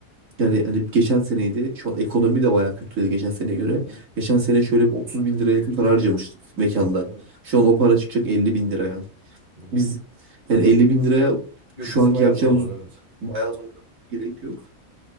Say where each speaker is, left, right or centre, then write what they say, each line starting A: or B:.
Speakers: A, on the right; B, on the right.
A: yani hani geçen seneydi. Şu an ekonomi de bayağı kötüydü geçen seneye göre.
B: Hı hı.
A: Geçen sene şöyle bir 30 bin liraya yakın para harcamıştık mekanda.
B: evet.
A: Şu an o para çıkacak 50 bin liraya.
B: Hı hı.
A: Biz yani 50 bin liraya
B: Yo
A: şu
B: bizi
A: anki
B: bayağı
A: yapacağımız
B: zorlar evet.
A: bayağı zorla gerek yok.